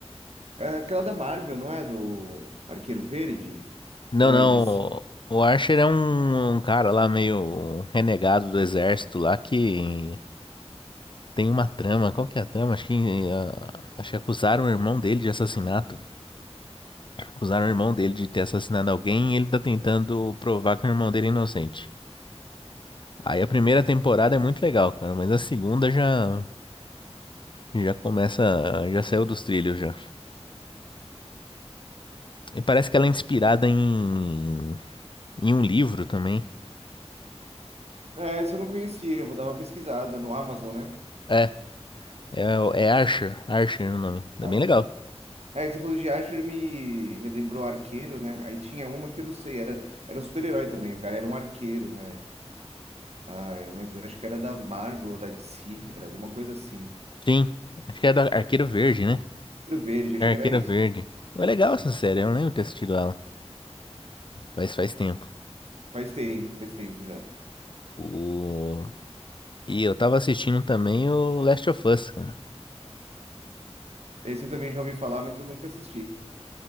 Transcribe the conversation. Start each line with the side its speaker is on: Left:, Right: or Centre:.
Right: é aquela da Marvel, não é? Do Arqueiro Verde?
Left: Não,
Right: Ou
Left: não,
Right: é de si?
Left: o, o Archer é um, um cara lá meio renegado do exército lá que tem uma trama. Qual que é a trama? Acho que, ah, acho que acusaram o irmão dele de assassinato. Acusaram o irmão dele de ter assassinado alguém e ele tá tentando provar que o irmão dele é inocente. Aí a primeira temporada é muito legal, cara, mas a segunda já, já começa, já saiu dos trilhos já. E parece que ela é inspirada em, em um livro também.
Right: É, essa eu não conhecia, eu vou dar uma pesquisada no Amazon, né?
Left: É, é, o- é Archer, Archer é o nome.
Right: Archer.
Left: É bem legal.
Right: É, que você falou de Archer me relembrou Arqueiro, né? Aí tinha uma que eu não sei, era, era um super-herói também, o cara era um arqueiro, né? Ah, mas acho que era da Marvel ou da DC, era alguma coisa assim.
Left: Sim, acho que é da Arqueiro Verde, né?
Right: Arqueiro Verde, acho
Left: É
Right: que
Left: Arqueira
Right: era isso.
Left: Verde. É legal essa série, eu não lembro de ter assistido ela. Faz, faz tempo.
Right: Faz tempo, faz tempo já.
Left: O... E eu tava assistindo também o Last of Us, cara.
Right: Esse eu também já ouvi falar, mas eu nunca assisti.